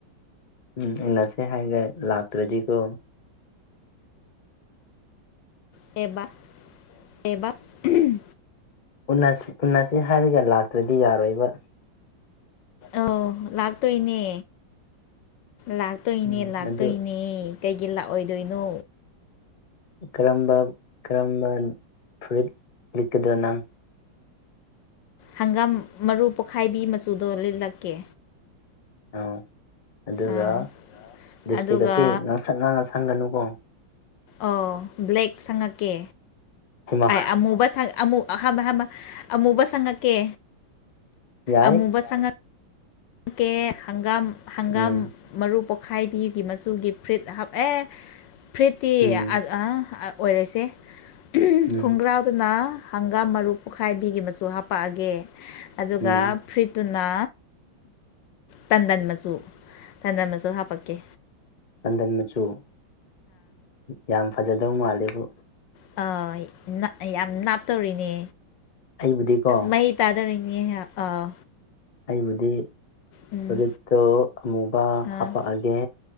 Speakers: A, on the left; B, on the left.
A: ꯎꯝ ꯎꯟꯅꯁꯦ ꯍꯥꯏꯒꯦ ꯂꯥꯛꯇ꯭ꯔꯗꯤꯀꯣ
B: ꯀꯩꯕ ꯀꯩꯕ ꯑꯝꯍꯝ
A: ꯎꯟꯅꯁꯤ ꯎꯟꯅꯁꯤ ꯍꯥꯏꯔꯒ ꯂꯥꯛꯇ꯭ꯔꯗꯤ ꯌꯥꯔꯣꯏꯕ
B: ꯑꯣ ꯂꯥꯛꯇꯣꯏꯅꯦ ꯂꯥꯛꯇꯣꯏꯅꯦ
A: ꯎꯝ
B: ꯂꯥꯛꯇꯣꯏꯅꯦ
A: ꯑꯗꯨ
B: ꯀꯩꯒꯤ ꯂꯥꯛꯑꯣꯏꯗꯣꯏꯅꯣ
A: ꯀꯔꯝꯕ ꯀꯔꯝꯕ ꯐꯨꯔꯤꯠ ꯂꯤꯠꯀꯗꯣꯏꯅꯪ
B: ꯍꯪꯒꯥꯝ ꯃꯔꯨ ꯄꯣꯛꯈꯥꯏꯕꯤ ꯃꯆꯨꯗꯣ ꯂꯤꯠꯂꯛꯀꯦ
A: ꯑ ꯑꯗꯨꯒ
B: ꯑꯥ
A: ꯂꯤꯞꯇꯤꯀꯁꯤ
B: ꯑꯗꯨꯒ
A: ꯉꯥꯡꯁꯛ ꯉꯥꯡꯉ ꯁꯪꯒꯅꯨꯀꯣ
B: ꯑꯣ ꯕ꯭ꯂꯦꯛ ꯁꯪꯉꯛꯀꯦ
A: ꯍꯩꯃꯥ
B: ꯑꯩ ꯑꯃꯨꯕꯨ ꯁꯪ ꯑꯃꯨ ꯑꯍꯥꯟꯕ ꯍꯥꯟꯕ ꯑꯃꯨꯕ ꯁꯪꯉꯛꯀꯦ
A: ꯌꯥꯏ
B: ꯑꯃꯨꯕ ꯁꯪꯉꯛ ꯀꯦ ꯍꯪꯒꯥꯝ ꯍꯪꯒꯥꯝ
A: ꯎꯝ
B: ꯃꯔꯨ ꯄꯣꯛꯈꯥꯏꯕꯤꯒꯤ ꯃꯆꯨꯒꯤ ꯐꯨꯔꯤꯠ ꯍꯥꯞ ꯑꯦ ꯐꯨꯔꯤꯠꯇꯤ
A: ꯎꯝ
B: ꯑꯍ ꯑꯣꯏꯔꯁꯦ ꯑꯝꯍꯝ
A: ꯎꯝ
B: ꯈꯣꯡꯒ꯭ꯔꯥꯎꯗꯨꯅ ꯍꯪꯒꯥꯝ ꯃꯔꯨ ꯄꯨꯣꯛꯈꯥꯏꯕꯤꯒꯤ ꯃꯆꯨ ꯍꯥꯄꯛꯑꯒꯦ ꯑꯗꯨꯒ
A: ꯎꯝ
B: ꯐ꯭ꯔꯤꯠꯇꯨꯅ ꯇꯟꯗꯟ ꯃꯆꯨ ꯇꯟꯗꯟ ꯃꯆꯨ ꯍꯥꯄꯛꯀꯦ
A: ꯇꯟꯗꯟ ꯃꯆꯨ ꯌꯥꯝ ꯐꯖꯗꯧ ꯃꯥꯂꯦꯕꯨ
B: ꯑ ꯌꯥꯝ ꯅ ꯅꯥꯞꯇꯧꯔꯤꯅꯦ
A: ꯑꯩꯕꯨꯗꯤꯀꯣ
B: ꯃꯍꯩ ꯇꯥꯗꯧꯔꯤꯅꯤ ꯍ ꯑꯥ
A: ꯑꯩꯕꯨꯗꯤ
B: ꯎꯝ
A: ꯐꯨꯔꯤꯠꯇꯣ ꯑꯃꯨꯕ
B: ꯑꯥ
A: ꯍꯥꯄꯛꯑꯒꯦ